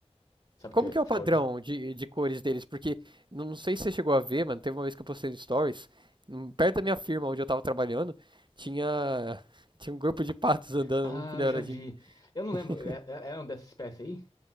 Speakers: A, on the left; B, on the right.
A: Sabe
B: Como
A: o que é
B: que é o
A: ficar
B: padrão
A: olhando?
B: de, de cores deles? Porque não não sei se você chegou a ver, mano. Teve uma vez que eu postei no Stories, hum, perto da minha firma onde eu tava trabalhando, tinha, tinha um grupo de patos andando,
A: Ah,
B: um que
A: eu
B: era
A: já vi.
B: de-
A: Eu não lembro.
B: <laughs>
A: É, é, era um dessa espécie aí?